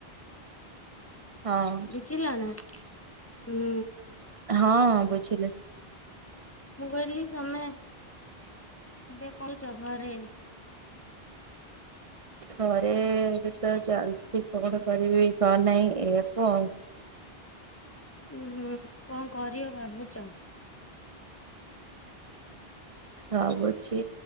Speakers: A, on the right; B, on the left.
A: ହଁ,
B: ବୁଝିଲ ନା ହୁଁ
A: ହଁ ବୁଝିଲି।
B: ମୁଁ କହିଲି ତମେ ଏବେ <inaudible> ଘରେ।
A: ଘରେ ଏବେ ତ ଚାଲିଛି କଣ କରିବି କଣ ନାହିଁ ଏଇଆକୁ ଆଉ।
B: ଉୁଁ ହୁଁ କଣ କରିବ ଭାବୁଛ?
A: ଭାବୁଛି,